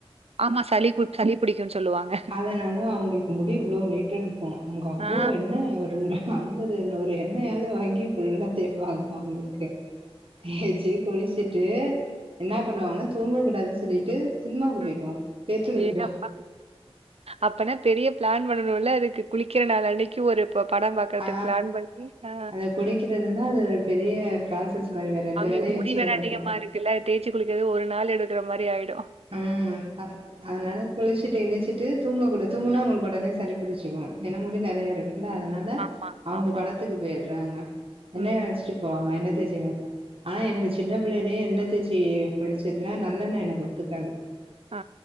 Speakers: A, on the right; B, on the right.
A: ஆமா சளி கு சளி புடிக்குன்னு சொல்லுவாங்க
B: அதனால அவங்களுக்கு முடி இவ்ளோ நீட்டு இருக்கு அவங்க அவ்ளோ
A: ஆ,
B: எண்ணெ ஒரு அம்பது இது நூரு எண்ணெயாவது வாங்கி ஃபுல்லா தேய்பாங்க அவங்களுக்கு தேச்சி குளிச் சிட்டு என்ன பண்ணுவாங்கன்னா தூங்கக் கூடாதுன்னு சொல்லிட்டு சினிமாவுக்கு
A: ம்
B: போயிடுவாங்க தேட்டருக்கு
A: அடே
B: போயிடுவாங்க
A: அப்பா அப்பனா பெரிய பிளான் பண்ணணுல்ல அதுக்கு குளிக்கிற நாள் அன்னைக்கு ஒரு ப- படம் பாக்கறதுக்கு
B: ஆ
A: பிளான் பண்ணி ஆ,
B: அத குளிக்கிறதுன்னா அது ஒரு பெரிய ப்ராசஸ் மாரி வேற எந்த
A: அவங்களுக்கு
B: வேலையு
A: முடி
B: வச்சுக்க
A: வேற
B: மாட்டாங்க
A: அதிகமா இருக்குல்ல தேச்சு குளிக்கிறது ஒரு நாள் எடுக்கற மாரி ஆயிடு
B: ம் அதனால குளிச்சுட்டு இழிச்சிட்டு தூங்கக்கூடாது தூங்கனா அவங்களுக்கு உடனே சளி புடிச்சிக்கு ஏனா முடி நெறைய இருக்குல்ல அதனால
A: ஆமா
B: அவங்க
A: ஆமா
B: படத்துக்கு போ யறாங் என்னயு
A: உம்
B: அழச்சிட்டு போவாங்க என்னது தேச்சி குளிச்ச ஆனா எனக்கு சின்ன புள்ளையிலயே எண்ணெ தேச்சி குளிச்சதுல நல்லெண்ண எனக்கு ஒத் துக்காது
A: ஆ